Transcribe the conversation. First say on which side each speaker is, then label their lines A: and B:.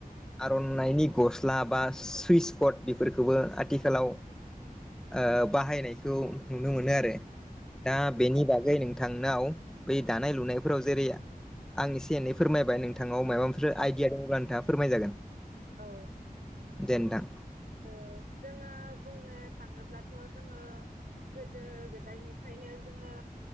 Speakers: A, in the centre; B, on the right.
A: आर'न नायनि गस्ला बा सुइस कड बेफोरखौबो आथिखालाव ओ बाहायनायखौ नुनो मोनो आरो। दा बेनि बागै नों थांनायाव बै दानाय लुनायफोराव जेरै आं एसे एनै फोरमायबाय नों थांनाव माबाफोर आइडिया दंब्ला नोंथाङा फोरमायजागोन।
B: औ।
A: दे नोंथां।
B: ओ जोङो बुंनो थाङोब्लाथ' जोङो गोदो गोदायनिफ्रायनो जोङो